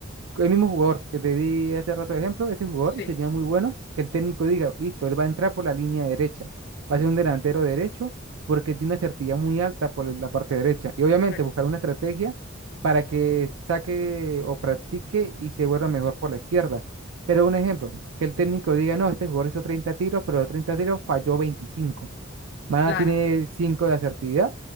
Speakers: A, on the right; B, on the left.
A: el mismo jugador que te di hace rato de ejemplo, ese jugador
B: sí,
A: sería muy bueno que el técnico diga, listo, él va a entrar por la línea derecha, va a ser un delantero derecho porque tiene una certidumbre muy alta por la parte derecha. Y obviamente
B: correcto.
A: buscar una estrategia para que saque o practique y se vuelva mejor por la izquierda. Pero un ejemplo, que el técnico diga, no, este jugador hizo 30 tiros, pero los 30 tiros falló veinticinco Mana
B: Claro,
A: tiene 5 de asertividad,